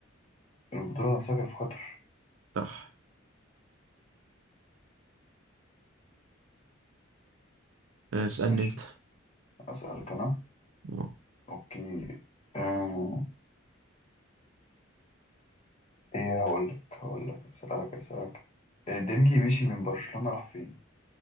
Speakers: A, on the left; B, on the right.
A: البطولة نفسها كانت في قطر
B: صح آه... اسألني
A: ماشي
B: أنت
A: أسألك أنا
B: آه،
A: اوكي آه، ايه هقول لك هقول لك اسالك اسالك إيه ديمبلي مشي من برشلونة راح فين؟